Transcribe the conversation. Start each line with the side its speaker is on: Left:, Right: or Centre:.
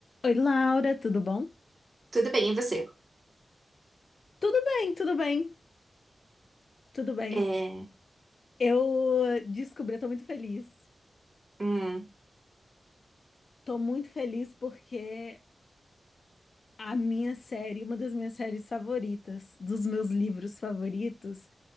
Left: Oi, Laura, tudo bom?
Right: Tudo bem, e você?
Left: Tudo bem, tudo bem, tudo bem.
Right: É...
Left: Eu descobri, eu tô muito feliz.
Right: Hum,
Left: Tô muito feliz porque a minha série, uma das minhas séries favoritas, dos meus livros favoritos,